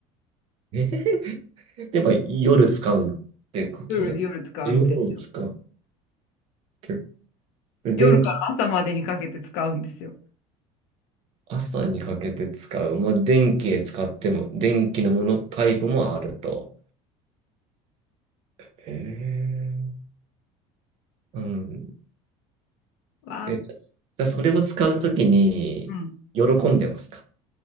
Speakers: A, on the right; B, on the left.
A: えー <laughs> やっぱ夜使うってことで。
B: 夜、夜使うんですよ。
A: 夜使う。つ電気、
B: 夜から朝までにかけて使うんですよ。
A: 朝にかけて使う。まあ、電気で使っても、電気のものタイプもあると。へえ。うん。
B: わあ、
A: え、じゃあそれを使うときに、
B: うん。
A: 喜んでますか